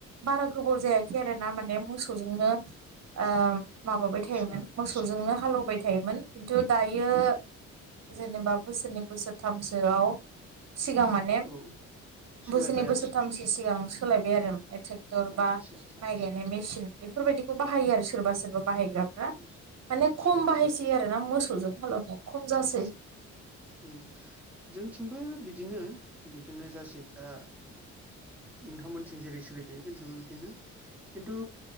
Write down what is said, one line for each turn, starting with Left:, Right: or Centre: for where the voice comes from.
Right: बारा गोबाव जायाखै आरोना माने मोसौजोंनो ओ माबाबाय
Centre: आदसा
Right: थायोमोन मोसौजोंनो हालौबाय थायोमोन खिन्थु दायो जेनेबा बोसोरनै बोसोरथामसोआव सिगां माने
Centre: औ सोलायबाय
Right: बोस सोरनै बोसोरथामसो
Centre: आरो
Right: सिगां सोलायबाय आरो ए टेक्टर बा
Centre: आदसा आदसा
Right: माइ गायनाय मेसिन बेफोरबायदिखौ बाहायो आरो सोरबा सोरबा बाहायग्राफ्रा
Centre: आदसा
Right: माने खम
Centre: आदसा
Right: बाहायसै आरोना मोसौजों हालौनाया खम जासै
Centre: ओम जोंथिंबो बिदिनो बिदिनो जासै दा नोंथांमोनथिं जेरै- सोलिदों जोंथिंबो बिदिनो खिन्थु